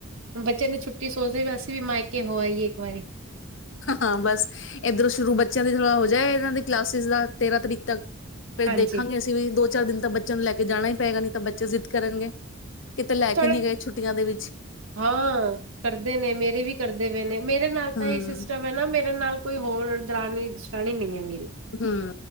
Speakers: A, on the right; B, on the left.
A: ਬੱਚੇ ਨੇ ਛੁੱਟੀ ਸੋਚਦੇ ਵੀ ਵੈਸੇ ਵੀ ਮਾਇਕੇ ਕੇ ਹੋ ਆਈਏ ਇੱਕ ਵਾਰੀ
B: ਹਾਂ ਬਸ ਇੱਧਰ ਸ਼ੁਰੂ ਬੱਚਿਆਂ ਦੀ ਥੋੜਾ ਹੋ ਜਾਏਗਾ ਵੀ ਕਲਾਸਿਸ ਦਾ ਤੇਰਾਂ ਤਰੀਕ ਤੱਕ ਫਿਰ
A: ਹਾਂਜੀ
B: ਦੇਖਾਂਗੇ ਅਸੀਂ ਵੀ ਦੋ ਚਾਰ ਦਿਨ ਤਾਂ ਬੱਚਿਆਂ ਨੂੰ ਲੈ ਕੇ ਜਾਣਾ ਹੀ ਪਏਗਾ ਨਹੀਂ ਤਾਂ ਬੱਚੇ ਜ਼ਿੱਦ ਕਰਨਗੇ। ਕਿਤੇ ਲੈ ਕੇ
A: ਥੋੜਾ
B: ਨਹੀਂ ਗਏ ਛੁੱਟੀਆਂ ਦੇ ਵਿੱਚ
A: ਹਾਂ ਕਰਦੇ ਨੇ ਮੇਰੇ ਵੀ ਕਰਦੇ ਪਏ ਨੇ ਮੇਰੇ ਨਾਲ
B: ਹਮ
A: ਇਹ ਹੀ ਸਿਸਟਮ ਹੈ ਨਾ ਮੇਰੇ ਨਾਲ ਕੋਈ ਹੋਰ ਦਰਾਨੀ ਸ਼ਰਾਣੀ ਨਹੀਂ ਹੈ ਮੇਰੀ
B: ਹੂੰ